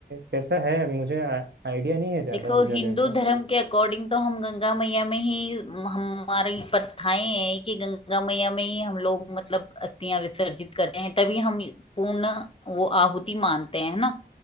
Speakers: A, on the right; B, on the left.
A: कैसा है मुझे आ- आइडिया नहीं है ज़्यादा
B: देखो
A: उस जगह
B: हिंदू
A: का
B: धर्म के अकॉर्डिंग तो हम गंगा मैया में ही हमारी प्रथाएं हैं कि गंगा मैया में ही हम लोग मतलब अस्थियां विसर्जित करते हैं तभी हम पूर्ण वो आहुति मानते हैं ना